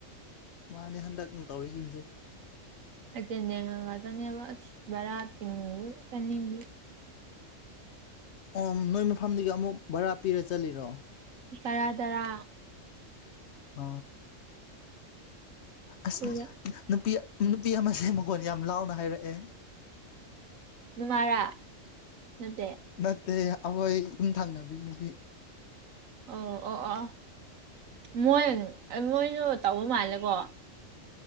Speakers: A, on the left (about 60°); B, on the right (about 80°).
A: ꯃꯥꯅꯦ ꯍꯟꯗꯛ ꯇꯧꯔꯤꯁꯤꯡꯁꯦ
B: ꯑꯆꯉꯕ ꯕꯔ ꯇꯤꯡꯉ ꯀꯅꯤꯡꯗꯤ
A: ꯑꯣ ꯅꯣꯏ ꯃꯐꯝꯗꯒꯤ ꯑꯃꯨꯛ ꯚꯔꯥ ꯄꯤꯔ ꯆꯠꯂꯤꯔꯣ
B: ꯇꯔꯥ ꯇꯔꯥ
A: ꯑ ꯑꯁ
B: ꯑꯗꯨꯒ
A: ꯅꯨꯄꯤ ꯅꯨꯄꯤ ꯑꯃꯁꯦ ꯃꯒꯣꯟ ꯌꯥꯝ ꯂꯥꯎꯅ ꯍꯥꯏꯔꯛꯑꯦ
B: ꯅꯃꯥꯔꯥ ꯅꯠꯇꯦ
A: ꯅꯠꯇꯦ ꯑꯩꯈꯣꯏ ꯌꯨꯝꯊꯪꯅꯕꯤ ꯅꯨꯕꯤ
B: ꯑ ꯑꯣ ꯑꯣ ꯃꯣꯏ ꯃꯣꯏꯁꯨ ꯇꯧꯕ ꯃꯥꯜꯂꯦꯀꯣ